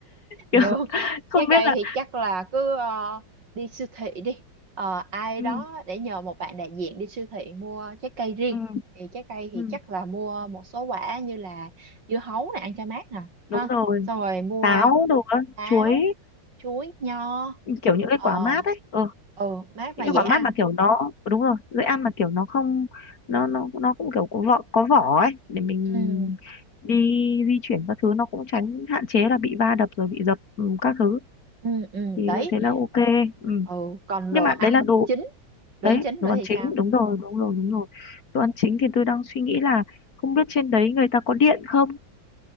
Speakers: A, on the right (about 60°); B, on the left (about 50°).
A: Được,
B: Kiểu không
A: trái
B: biết
A: cây
B: là
A: thì chắc là cứ ờ, đi siêu thị đi. Ờ, ai
B: ừ,
A: đó để nhờ một bạn đại diện đi siêu thị mua trái cây riêng.
B: ừ,
A: Thì trái cây thì
B: ừ,
A: chắc là mua một số quả như là dưa hấu này ăn cho mát nè,
B: đúng
A: ha.
B: rồi
A: Xong rồi mua
B: táo đồ á
A: táo,
B: chuối
A: chuối, nho.
B: kiểu những cái
A: Ờ,
B: quả mát ấy Ừ,
A: ừ, mát
B: những
A: mà dễ
B: cái quả
A: ăn.
B: mát mà kiểu nó đúng rồi dễ ăn mà kiểu nó không nó nó nó cũng kiểu có vỏ có vỏ ấy để mình
A: Ừ,
B: đi di chuyển các thứ nó cũng tránh hạn chế là bị va đập rồi bị dập ừ, các thứ
A: ừ, ừ,
B: thì
A: đấy.
B: thế là ok ừ.
A: Ừ, còn
B: nhưng
A: đồ
B: mà
A: ăn
B: đấy là đồ
A: chính, đồ
B: đấy
A: ăn chính
B: đồ
A: nữa
B: ăn
A: thì
B: chính
A: sao?
B: đúng rồi đúng rồi đúng rồi đồ ăn chính thì tôi đang suy nghĩ là không biết trên đấy người ta có điện không